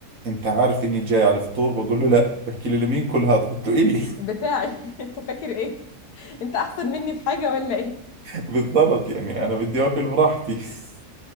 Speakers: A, on the right; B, on the left.
A: انت عارف اني جاي على الفطور بقول له لا بحكي لي لمين كل هذا قلت له الي <laughs>
B: بتاعي <laughs> انت فاكر ايه انت احسن مني في حاجه ولا ايه
A: بالضبط يعني انا بدي اكل براحتي <laughs>